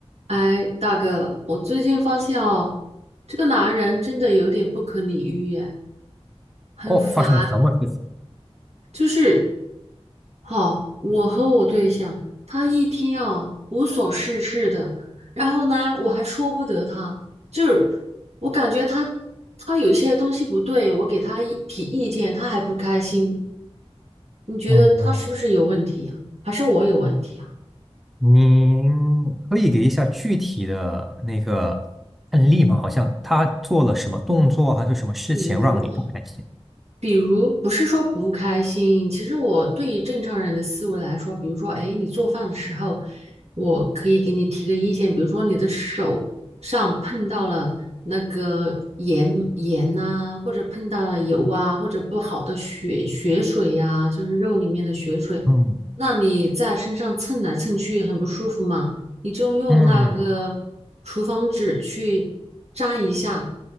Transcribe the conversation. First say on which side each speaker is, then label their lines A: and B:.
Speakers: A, on the right (about 80°); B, in the centre.
A: 哎，大哥，我最近发现哦，这个男人真的有点不可理喻耶，很烦。
B: 哦，发生了什么事情？
A: 就是，好，我和我对象，他一天啊无所事事的，然后呢，我还说不得他，就是我感觉他他有些东西不对，我给他一提意见，他还不开心。你觉得他是不是有问题啊？
B: 哦，
A: 还是我有问题啊？
B: 您可以给一下具体的那个案例吗？好像他做了什么动作，还是什么事情让你不开心？
A: 比如。比如不是说不开心，其实我对于正常人的思维来说，比如说，哎，你做饭的时候，我可以给你提个意见，比如说你的手上碰到了那个盐盐呐、或者碰到了油啊，或者不好的血血水呀、就是肉里面的血水，
B: 嗯
A: 那你在身上蹭来蹭去很不舒服嘛。你就用那个厨房纸去粘一下，
B: 嗯